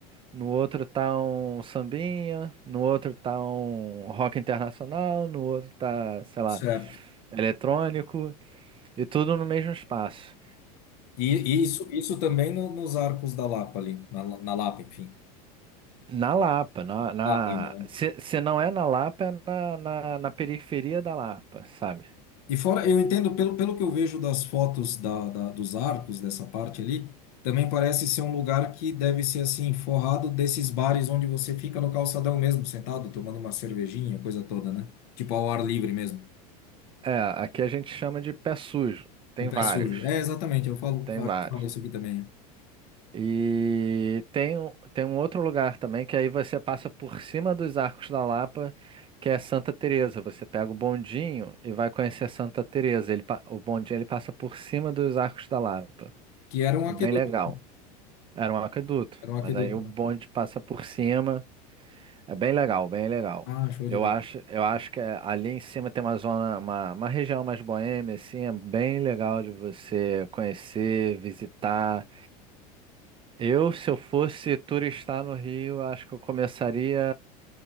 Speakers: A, on the right; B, on the left.
A: no outro tá um sambinha, no outro tá um rock internacional, no outro tá, sei lá,
B: Certo.
A: eletrônico, e tudo no mesmo espaço.
B: E, e isso, isso também no- nos Arcos da Lapa ali, na, La- na Lapa, enfim.
A: Na Lapa, na, na...
B: Lapa ainda, né?
A: Se, se não é na Lapa, é na, na, na periferia da Lapa, sabe?
B: E fora, eu entendo, pelo, pelo que eu vejo das fotos da, da- dos arcos dessa parte ali, também parece ser um lugar que deve ser assim, forrado desses bares onde você fica no calçadão mesmo, sentado, tomando uma cervejinha, coisa toda, né? Tipo ao ar livre mesmo,
A: É, aqui a gente chama de pé sujo. Tem
B: um pé
A: vários,
B: sujo. É, exatamente, eu falo,
A: tem
B: a
A: vários.
B: gente fala isso aqui também. né?
A: E tem, um- tem um outro lugar também que aí você passa por cima dos Arcos da Lapa, que é Santa Teresa. Você pega o bondinho e vai conhecer Santa Teresa. Ele, pa- o bondinho ele passa por cima dos Arcos da Lapa.
B: Que era um
A: É
B: aqueduto,
A: bem legal.
B: né?
A: Era um aqueduto,
B: era um
A: mas
B: aqueduto,
A: aí o bonde
B: né?
A: passa por cima. É bem legal, bem legal.
B: Ah, show
A: Eu
B: de bola.
A: acho, eu acho que é- ali em cima tem uma zona, uma, uma região mais boêmia, assim, é bem legal de você conhecer, visitar. Eu, se eu fosse turistar no Rio, acho que eu começaria